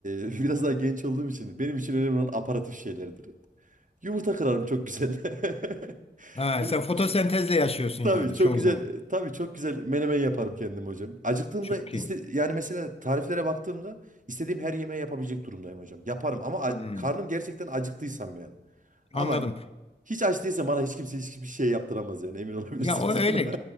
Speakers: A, on the right; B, on the left.
A: e, <laughs> biraz daha genç olduğum için benim için önemli olan aparatif şeylerdir. Yumurta kırarım çok güzel. <laughs>
B: Ha,
A: Böyle
B: sen
A: ç-
B: fotosentezle yaşıyorsun
A: tabii
B: yani
A: çok
B: çoğu
A: güzel
B: zaman.
A: tabii çok güzel menemen yaparım kendim hocam. Acıktığımda
B: Çok
A: iste,
B: iyi.
A: yani mesela tariflere baktığımda istediğim her yemeği yapabilecek durumdayım hocam. Yaparım ama a-
B: Hmm,
A: karnım gerçekten acıktıysam yani. Ama
B: Anladım.
A: hiç aç değilsem bana hiç kimse hiçbir şey yaptıramaz yani emin olabilirsiniz
B: Ya o öyle.
A: buna. <laughs>